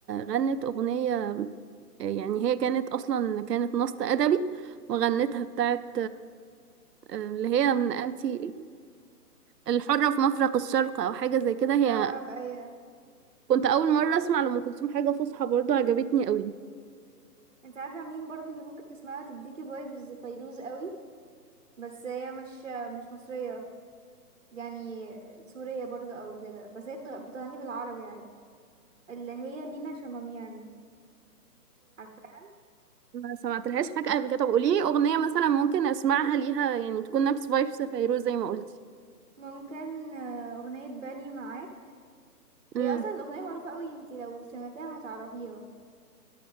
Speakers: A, on the right (about 80°); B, on the right (about 45°).
A: غنت أغنية يعني هي كانت أصلا كانت نص أدبي وغنتها بتاعت اللي هي من أنتي الحرة في مفرق الشرق أو حاجة زي كده هي
B: اه ايوه
A: كنت أول مرة أسمع لأم كلثوم حاجة فصحى برضو عجبتني قوي
B: انت عارفه مين برضو اللي ممكن تسمعها تديكي فايبز فيروز قوي بس هي مش مش مصريه يعني سورية برضو او كده بس هي بتغ- بتغني بالعربي عادي اللي هي لينا شماميان عارفاها
A: ما سمعتلهاش حاجة قبل كده طب قولي لي أغنية مثلا ممكن أسمعها ليها يعني تكون نفس فايبس فيروز زي ما قلتي
B: ممكن آه، اغنية بالي معاك
A: امم
B: هي اصلا الاغنية معروفة قوي انتي لو سمعتيها هتعرفيها